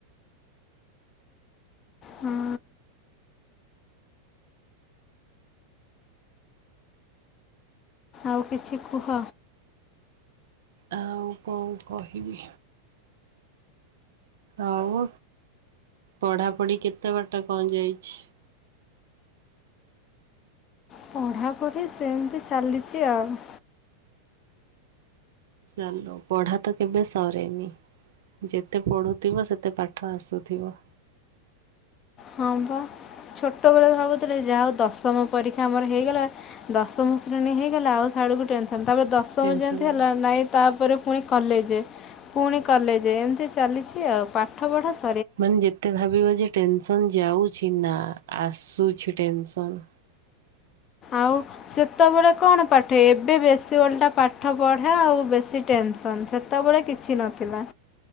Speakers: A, on the left (about 30°); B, on the right (about 55°).
A: ହଁ ଆଉ କିଛି କୁହ।
B: ଆଉ କଣ କହିବି? ଆଉ ପଢାପଢି କେତେ ବାଟ କଣ ଯାଇଛି?
A: ପଢ଼ାପଢ଼ି ସେମିତି ଚାଲିଛି ଆଉ।
B: ଚାଲୁ ପଢା ତ କେବେ ସରେନି। ଯେତେ ପଢୁଥିବ ସେତେ ପାଠ ଆସୁଥିବ।
A: ହଁ ବା। ଛୋଟ ବେଳେ ଭାବୁଥିଲେ ଯାହା ହଉ, ଦଶମ ପରୀକ୍ଷା ଆମର ହେଇଗଲା ଦଶମ ଶ୍ରେଣୀ ହେଇଗଲା ଆଉ ସାଡୁକୁ ଟେନ୍ସ୍ ତାପରେ ଦଶମ
B: ଟେନସନ୍
A: ଯେମିତି ହେଲା,
B: ନାହିଁ।
A: ନାଇଁ ତା ପରେ ପୁଣି କଲେଜ ପୁଣି କଲେଜ ଏମିତି ଚାଲିଛି ଆଉ, ପାଠ ପଢ଼ା ସ
B: ମାନେ ଯେତେ ଭାବିବ ଯେ ଟେନ୍ ଟେନସନ ଯାଉଛି ନା ଆସୁଛି ଟେନ୍ସନ୍।
A: ଆଉ। ସେତେବେଳେ କଣ, ପାଠ ଏବେ ବେଶୀ ଓଲଟା ପାଠ ପଢା ଆଉ ବେଶୀ ଟେନସନ ସେତବେ ସେତେବେଳେ କିଛି ନଥିଲା।